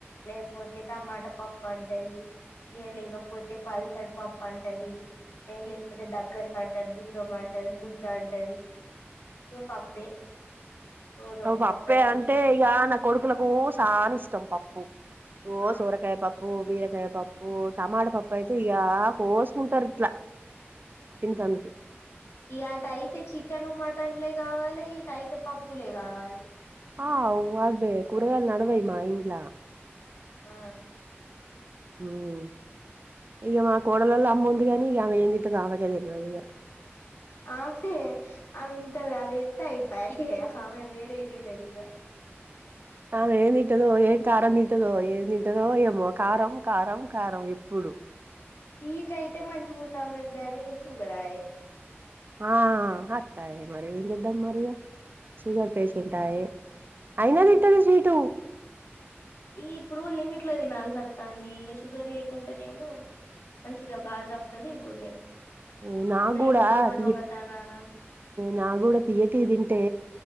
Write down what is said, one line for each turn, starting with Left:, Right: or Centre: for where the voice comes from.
Left: లేకపోతే టమాట పప్పంటది ఇగ లేకపోతే పల్సర్ పప్పంటది ఏది లేకపోతే దగ్గరకంటది దూరమంటది ముద్దంటది ఇగ పప్పే రోజు ఒక
Right: పప్పే
Left: పప్పు అయితే
Right: అంటే
Left: చేత్తది
Right: ఇగా నా కొడుకులకు సానిష్టం పప్పు ఓ
Left: ఆ
Right: సోరకాయ పప్పూ బీరకాయ పప్పూ టమాట పప్పైతే ఇగా కోసుకుంటారు ఇట్లా తింటందుకు
Left: ఇగ అటయితే చికెను మటన్లే కావాలి ఇటైతే పప్పులే కావాలి
Right: ఆవ్ అవ్వే కూరగాయలు నడవై మా ఇంట్ల
Left: ఆ
Right: ఉమ్ ఇగ మా కోడలోల అమ్ముంది గానీ ఇగ ఆమేం తింటదో ఆమెకే తెల్వదు ఇగ
Left: ఆమె అదింత అదేతే అయిపోయ్ ఆమె వేరేయి మదిగా
Right: ఆమేం తింటదో ఏం కారం తింటదో ఎంతి ఎదో ఏమో కారం కారం కారం ఎప్పుడు
Left: స్వీట్ అయితే మంచిగుండామెక్ గాని షుగరాఏ
Right: ఆ అతయే మరి ఏం చేద్దాం మరి షుగర్పేషంటాయే అయినా
Left: ఉమ్
Right: తింటది స్వీటూ
Left: ఈ ఇప్పుడు లిమిట్లో తీనాల్సొత్తాంది ఇక షుగర్ లేకుంటేనేమో మంచిగా బాదొత్తడి తింటుండే
Right: ఉమ్ నా
Left: ఇప్పుడేమో
Right: గుడా
Left: దొంగ
Right: తియ
Left: దొంగతనాన
Right: నాక్ గుడా తియేటివి తింటే